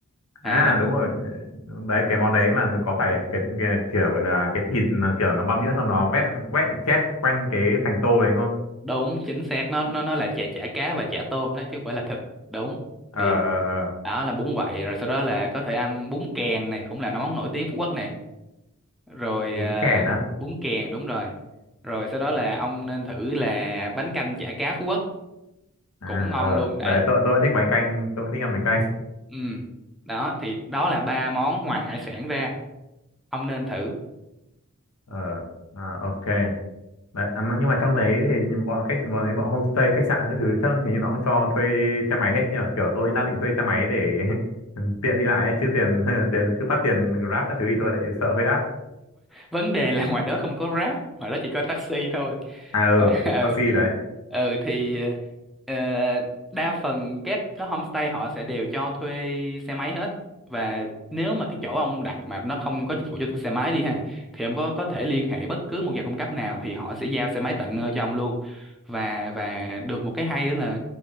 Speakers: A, in the centre; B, on the left.
A: à
B: à
A: là
B: đúng rồi đấy cái món đấy mà có phải cái, cái kiểu là cái thịt nó kiểu nó băm nhuyễn xong nó vét quét chét quanh cái thành tô đấy không
A: đúng chính xác nó nó nó là chả chả cá và chả tôm đấy chứ không phải là thịt đúng
B: ờ
A: thì
B: ờ ờ
A: đó là bún quậy rồi sau đó là có thể ăn bún kèn này cũng là món nổi tiếng Phú Quốc này rồi
B: bún
A: ờ,
B: kèn á
A: bún kèn đúng rồi rồi sau đó là ông nên thử là bánh canh chả cá Phú Quốc
B: à
A: cũng ngon
B: ờ
A: luôn đấy
B: đấy tôi tôi cũng thích bánh canh tôi cũng thích ăn bánh canh
A: ừ đó thì đó là ba món ngoài hải sản ra ông nên thử
B: ờ à, ok Đấy, à, mà- nhưng mà trong đấy thì bọn khách bọn ấy bọn homestay khách sạn các thứ chắc hình như nó cũng cho thuê xe máy hết nhỉ kiểu tôi đang định thuê xe máy để <laughs> tiện đi lại ấy, chứ tiền <laughs> tiền cứ bắt tiền Grab các thứ thì tôi lại sợ hơi đắt
A: vấn đề là ngoài đó không có Grab ngoài đó chỉ có taxi thôi
B: à ừ
A: Và- <laughs> ừ
B: taxi đấy
A: ừ thì ờ, đa phần các cái homestay họ sẽ đều cho thuê xe máy hết và nếu mà cái chỗ ông đặt mà nó không có dịch vụ cho thuê xe máy đi ha thì ông có có thể liên hệ bất cứ một nhà cung cấp nào thì họ sẽ giao xe máy tận nơi cho ông luôn và và được một cái hay đó là